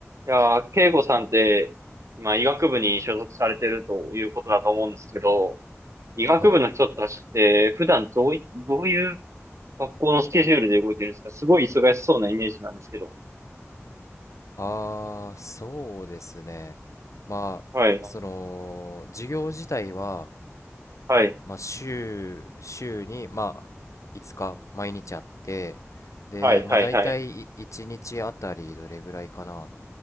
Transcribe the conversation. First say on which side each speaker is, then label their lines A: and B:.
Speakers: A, on the right; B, on the left.
A: いやー、慶吾さんって、まあ、医学部に所属されてるということだと思うんですけど、医学部の人たちって、
B: はい。
A: 普段どうい、どういう学校のスケジュールで動いてるんですかすごい忙しそうなイメージなんですけど。
B: ああ、そうですね。まあ、
A: はい、
B: その、授業自体は、
A: はい、
B: まあ、週、週に、まあ、5日、毎日あって、で、
A: はい、
B: まあ、
A: はい、
B: 大体い1日あたりどれぐらいかな。
A: はい。